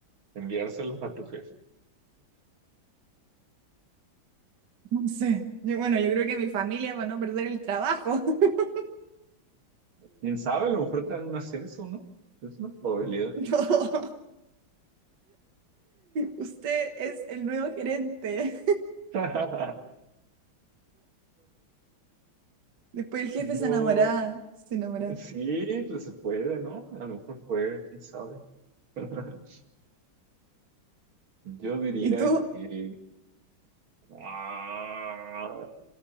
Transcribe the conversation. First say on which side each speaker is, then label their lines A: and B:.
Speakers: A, on the right; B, on the right.
A: enviárselo a tu jefe?
B: No sé. Yo, bueno, yo creo que mi familia para no perder el trabajo. <laughs>
A: ¿Quién sabe? A lo mejor te dan un ascenso, ¿no? Es una probabilidad.
B: No. Usted es el nuevo gerente.
A: <laughs>
B: Después el jefe
A: Yo
B: se enamoraba, se enamoraba.
A: Eh, Sí, pues se puede, ¿no? A lo mejor fue, quién sabe. <laughs> Yo diría
B: ¿Y tú?
A: que... ah,